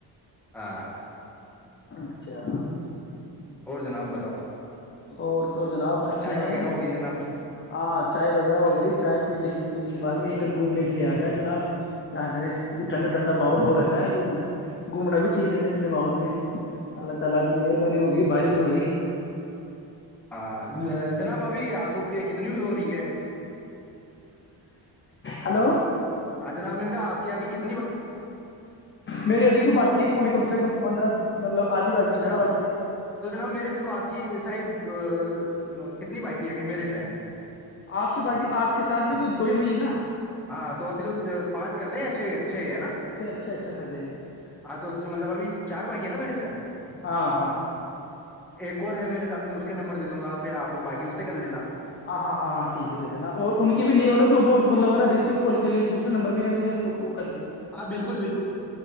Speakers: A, in the centre; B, on the left.
A: ہاں
B: اچھا
A: اور جناب بتاؤ
B: اور تو جناب اچھے
A: چائے وغیرہ
B: ہیں
A: ہوگی جناب
B: ہاں چای وغیرہ ہو گئی چائ پینے پینے کے بعد میں ادھر گھومنے کے لیے آ گیا جناب کیا کرے ابھی ٹھنڈا ٹھنڈا ماحول ہو رکھا ہے جو گھومنا بھی چاہیے ٹھنڈے ٹھنڈے ماحول میں اللہ تعالی کی مہربانی ہو گئی بارش ہو گئی
A: ہاں جناب ابھی آپ کہ کتنی بھی ہو رہی ہے
B: ہلو
A: ہاں جناب میں نے کہا آپ کے ابھی کتنے
B: میرری ابھی تو باقی ہے پوری کم سے کم پندرہ مطلب آدھی باقی
A: تو
B: پندرہ
A: جناب
B: باقی ہے
A: تو جناب میرے سے تو آپ کی شاید تو کتنی باقی ہے ابھی میرے سے ہے
B: آپ سے باقی آپ کے ساتھ بھی تو دو ہی ہوئی ہے نا
A: ہاں تو ابھی تو پانچ کرتے ہیں اچھے چھ ہے نا
B: اچھا اچھا اچھا کر دیں گے
A: ہاں تو مطلب ابھی چار باقی کہ ن مید سے
B: ہ ہاں
A: کوور ہے میرے ساتھ میں اس کے نمبر دوں گا پھر آپ بای اس سے کر لینا
B: ہاں ہاں ہاں ہاں ٹھیک ہے د نا اور ان کی بھی نہیں ہو نا تو وہ مطلب ہے نا ر کال کےے دوسرے نمبر بھی ہے میرے کو
A: ہاں بالکل بالکل